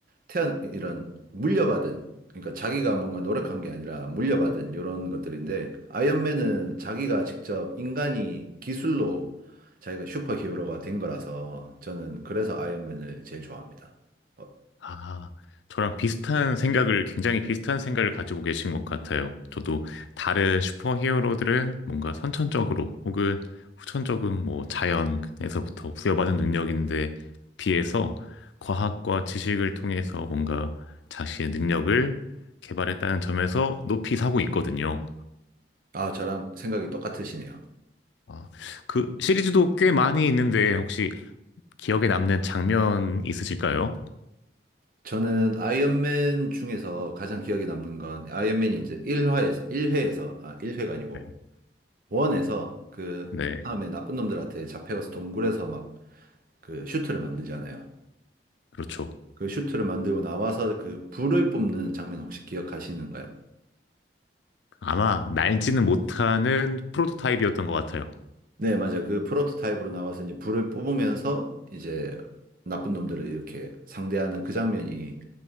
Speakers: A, on the right; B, on the left.
A: 태어 이런 물려받은 그러니까 자기가 뭔가 노력한 게 아니라 물려받은 이런 것들인데 아이언맨은 자기가 직접 인간이 기술로 자기가 슈퍼히어로가 된 거라서 저는 그래서 아이언맨을 제일 좋아합니다. 어,
B: 아, 저랑 비슷한 생각을, 굉장히 비슷한 생각을 가지고 계신 것 같아요. 저도 다른 슈퍼히어로들은 뭔가 선천적으로 혹은 후천적인 뭐 자연에서부터 부여받은 능력인데 비해서 과학과 지식을 통해서 뭔가 자신의 능력을 개발했다는 점에서 높이 사고 있거든요.
A: 아, 저랑 생각이 똑같으시네요.
B: 아, 그 시리즈도 꽤 많이 있는데 혹시 기억에 남는 장면 있으실까요?
A: 저는 아이언맨 중에서 가장 기억에 남는 건 아이언맨이 이제 1화에서, 일회에서 아, 1회가 아니고
B: 네.
A: 원에서 그
B: 네,
A: 다음에 나쁜 놈들한테 잡혀가서 동굴에서 막 그 슈트를 만들잖아요.
B: 그렇죠.
A: 그 슈트를 만들고 나와서 그 불을 뿜는 장면 혹시 기억하시는가요?
B: 아마 날지는 못하는 프로토타입이었던 것 같아요.
A: 네, 맞아요. 그 프로토타입으로 나와서 이제 불을 뿜으면서 이제 나쁜 놈들을 이렇게 상대하는 그 장면이